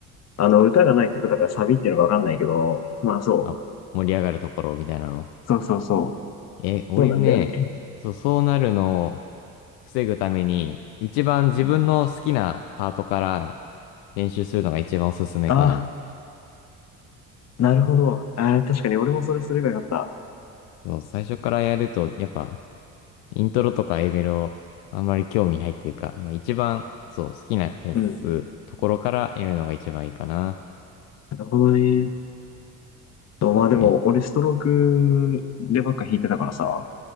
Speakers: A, on the left; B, on the left.
A: あ、あの、歌がない曲だからサビっていうのがわかんないけど、まあそう。
B: あ、盛り上がるところみたいなの。
A: そうそうそう。
B: え、俺ね、
A: そうなんだよね。
B: そう、そうなるのを防ぐために、一番自分の好きなパートから
A: うん、
B: 練習するのが一番おすすめかな。
A: あなるほど。ああ、確かに俺もそれすればよかった。
B: そう、最初からやると、やっぱ、イントロとか A メロ、あんまり興味ないっていうか、まあ一番、そう、好きなやつ、
A: うん。
B: ところからやるのが一番いいかな。
A: なるほどね。とまあでも、
B: え、
A: 俺ストロークでばっか弾いてたからさ、